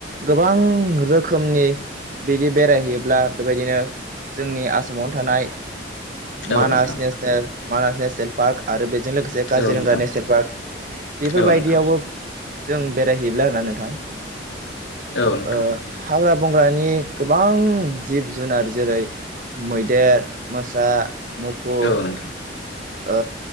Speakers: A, on the right; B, on the left.
A: गोबां रोखोमनि बिदि बेरायहैयोब्ला बेबायदिनो जोंनि आसामावनो थानाय
B: औ
A: मानास
B: नोंथां
A: नेनेल मानास नेसनेल पार्क आरो बेजों लोगोसे काजिरंगा
B: औ नोंथां
A: नेसनेल पार्क बेफोरबायायदियावबो
B: औ नोंथां औ नोंथां
A: जों बेरायहैब्ला आरोना नोंथां
B: औ नोंथां
A: ओ हाग्रा बंग्रानि गो- बां जिब जुनार जेरै मैदेर मोसा मुफुर
B: औ नोंथां
A: ओ